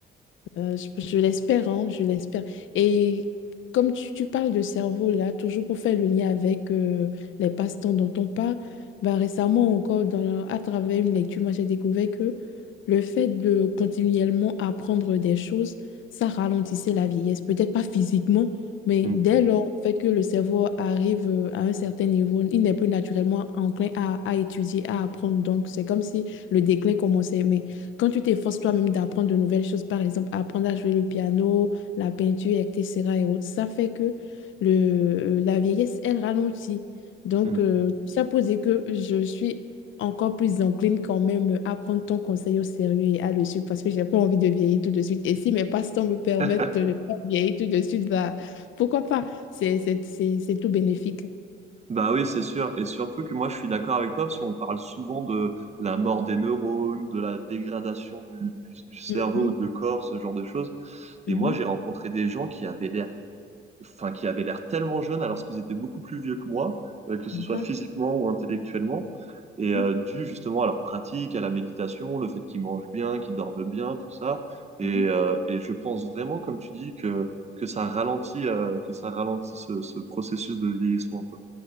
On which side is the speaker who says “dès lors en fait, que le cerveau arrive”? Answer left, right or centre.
Left